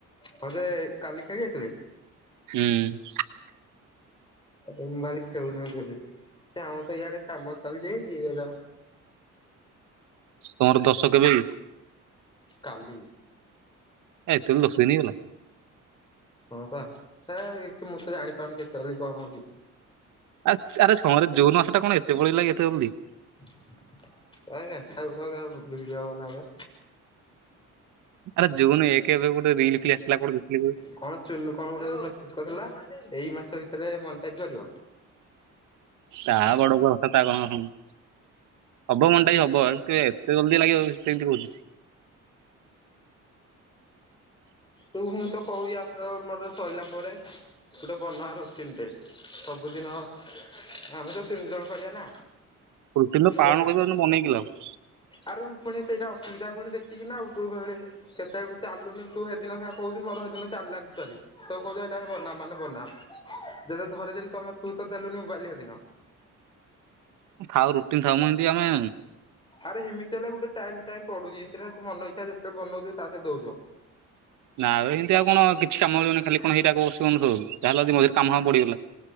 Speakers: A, on the left; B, on the right.
A: ହଁ ଯେ କାଲି ଖେଳି ଆସଥିଲେ?
B: ହୁଁ।
A: ମୁଁ ଭାଲି ଖେଳୁନାହାନ୍ତି ବୋଲି ଏ ଆମ ତ ଇଆଡେ କାମ ଚାଲିଛିି <unintelligible> ‌।
B: ତମର ଦଶ କେବେ?
A: କାଲି।
B: ଏତେ‌ ଜଲଦି ଦଶଦିନି ହେଇଗଲା।
A: ହଁ ବା ହେ ମୁଁ ତ ଜାଣିପାରୁନି କେତେବଳେ କଣ ହଉଛି?
B: ଆ ଆରେ କଣରେ ଜୁନ ମାସଟା କଣ ଏତେ ପଳେଇଲା ଏତେ ଜଲଦି।
A: <unintelligible> ଥାଉ ରଖେ ଆମେ ଭିଡିଓ ବନାବେ।
B: ଆରେ ଜୁନୁ ଏକେ ଏବେ ଗୋଟେ ରିଲ ଫିଲ୍ ଆସିଥିଲା କଣ <unintelligible>
A: କଣ ଚୁୁନୁ କଣ ଗୋଟେେ ମେସେଜ କରିଥିଲା ଏଇ ମାସ ଭିତରେ ମନଟାଜ କରିବ।
B: ତା ଗଡ <unintelligible> ହବ ମନଟାଜ ହବ <unintelligible> ଏତେ ଜଲଦି ଲାଗିବ ସେମତି କହୁଚି।
A: ତୁ ମୁଁ ତ କହୁଛିି ଆସ <unintelligible> ମୋର ସଇଲା ପରେ। ଗୋଟେ ବନା ରୁଟିନଟେ ସବୁଦିନ ଆମେ ତ ତିନି ଜଣ କରିଆ ନା।
B: ରୁଟିନ ତ
A: ଦେଖେ
B: ପାଳନ କରିପାରୁନୁ ବନେଇକି କି ଲାଭ?
A: ଆରେ ମୁଁ ଫୁଣି ସେଇଟା ଅସୁବିଧା ଫୁଣି ଦେଖିବିନା ଆଉ ତୁ ଖାଲି କେତେ ଚାଲୁନି ତୁ ହେ ସେ ଦିନ <unintelligible> କଉଚୁ ମୋର ସେ ଦିନ ଚାଲଲାନି ଟୋଟାଲି। ତ କହୁଛ ଏଇଟା ବନା ମାନେ ବନା ଯେତେ ଧରେଇଦେଲି ତମେ ତୁ ତ ଦେଲୁନି ମୋବାଇଲ୍ ସେ ଦିନ।
B: ଥାଉ ରୁଟିନ୍ ଥାଉ ମୁଁ ହେନ୍ତି ଆମେ
A: ଆରେ ହେମିତି ହେଲେ ଗୋଟେ ଟାଇମ ଟାଇମ ପଢୁଛି ଇନ୍ତିରେ ତୁ ମନ ଇଛା ଯେତେ ବନଉଚୁ ତା ସେ ଦଉଛ।
B: ନା ଏବେ ହେନ୍ତି ଆଉ କଣ କିଛି କାମ ମିଳିବନି ଖାଲି କଣ ହେଇଟାକୁ <unintelligible> ଯାହା ହେଲେ ବି ମଝିରେ କାମ ଫାମ ପଡିିଗଲା